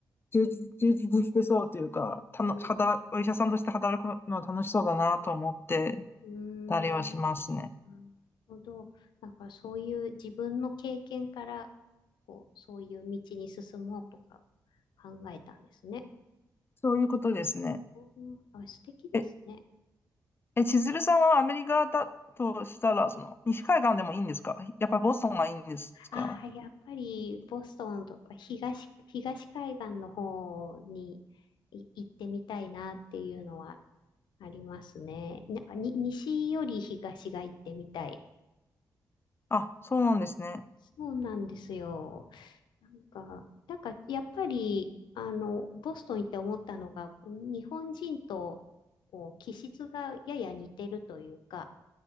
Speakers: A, on the left; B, on the left.
A: 充実、充実してそうというか、たの、
B: うん、
A: 働、お医者さんとして働くの楽しそうだなと思って、
B: うーん、
A: たりはしますね。
B: なるほど。なんかそういう自分の経験から、こう、そういう道に進もうとか考えたんですね。
A: そういうことですね。
B: うん、あ、素敵ですね。
A: え、え、千鶴さんはアメリカだとしたら、その、西海岸でもいいんですかやっぱりボストンがいいんですか
B: ああ、やっぱりボストンとか東、東海岸の方にい行ってみたいなっていうのはありますね。なんかに、西より東が行ってみたい。
A: あ、そうなんですね。
B: そうなんですよ。なんか、なんかやっぱり、あの、ボストン行って思ったのが、日本人とこう気質がやや似てるというか、